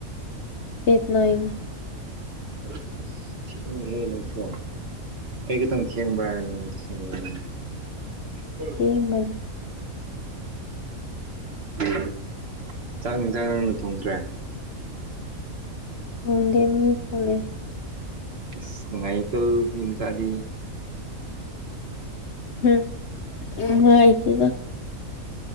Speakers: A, on the left; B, on the right.
A: ꯑꯩꯠ ꯅꯥꯏꯟ
B: <unintelligible> ꯊꯦꯡꯉꯦꯍꯦ ꯅꯪꯁꯨ ꯑꯩ ꯈꯤꯇꯪ ꯊꯦꯡꯕ꯭ꯔꯥ ꯅꯪꯁꯨ ꯊꯦꯡꯉꯦ <unintelligible>
A: ꯊꯦꯡꯕꯅꯦ
B: ꯎꯝ ꯆꯥꯛ ꯏꯟꯖꯥꯡ ꯅꯪꯅ ꯊꯣꯡꯗ꯭ꯔꯦ
A: ꯈꯪꯗꯦ ꯃꯤ ꯊꯣꯛꯂꯛꯑꯦ
B: ꯏꯁ ꯅꯨꯡꯉꯏꯀꯣ ꯃꯤꯃꯆꯥꯗꯤ꯫
A: ꯎꯝ ꯅꯨꯡꯉꯥꯏꯇꯦꯗ